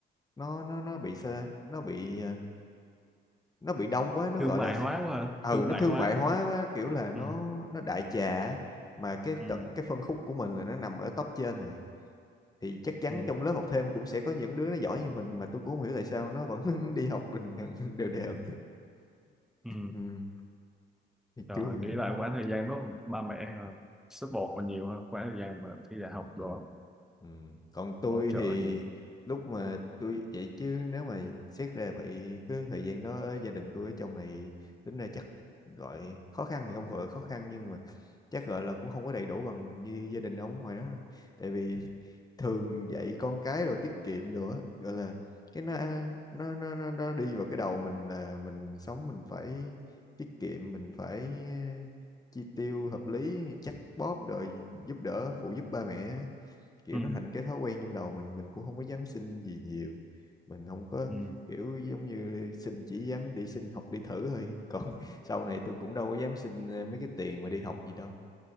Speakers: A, on the left; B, in the centre.
A: nó nó nó bị xa nó bị ờ, nó bị đông quá nó
B: thương
A: gọi
B: mại
A: là
B: hóa quá ha.
A: ừ
B: thương
A: nó
B: mại
A: thương
B: hóa
A: mại hóa
B: quá ha.
A: quá kiểu là nó
B: ừ.
A: nó đại trà á. mà cái
B: Ừ.
A: tận cái phân khúc của mình là nó nằm ở top trên rồi thì chắc chắn
B: Ừ.
A: trong lớp học thêm cũng sẽ có những đứa nó giỏi như mình mà tôi cũng không hiểu tại sao nó vẫn <laughs> đi học bình thường <laughs> đều đều
B: Ừ.
A: ừ, thì
B: Rồi
A: kiểu vậy
B: nghĩ lại
A: á.
B: khoảng thời gian đó ba mẹ ờ, support
A: Ừ.
B: mình nhiều hơn khoảng thời gian mà thi đại
A: Ừ.
B: học rồi
A: Ừ. Còn tôi
B: hỗ trợ
A: thì
B: nhiều
A: lúc mà tôi vậy chứ nếu mà xét ra vậy cái thời gian đó gia đình tôi ở trong này tính ra chắc gọi khó khăn thì không gọi khó khăn nhưng mà chắc gọi là cũng không có đầy đủ bằng như gia đình ông ở ngoài đó đâu. tại vì thường dạy con cái rồi tiết kiệm nữa gọi là cái nó nó nó nó, nó đi vào cái đầu mình là mình sống mình phải tiết kiệm mình phải chi tiêu hợp lý chắc bóp rồi giúp đỡ phụ giúp ba mẹ kiểu
B: ừ.
A: nó thành cái thói quen trong đầu mình mình cũng không có dám xin gì nhiều mình không có
B: Ừ.
A: kiểu giống như xin chỉ dám đi xin học đi thử thôi còn <laughs> sau này tôi cũng đâu có dám xin ờ, mấy cái tiền mà đi học gì đâu